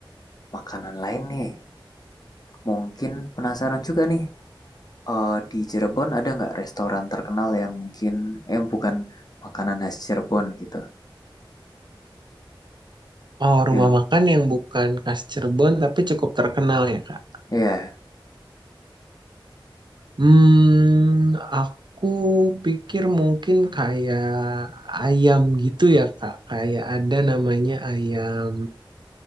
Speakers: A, on the left; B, on the right.
A: makanan lain nih. Mungkin penasaran juga nih, eh, di Cirebon ada nggak restoran terkenal yang mungkin, eh bukan makanan khas Cirebon gitu.
B: Oh, rumah
A: Yang,
B: makan yang bukan khas Cirebon tapi cukup terkenal ya Kak.
A: ya
B: Hmm, aku pikir mungkin kayak ayam gitu ya Kak. Kayak ada namanya ayam.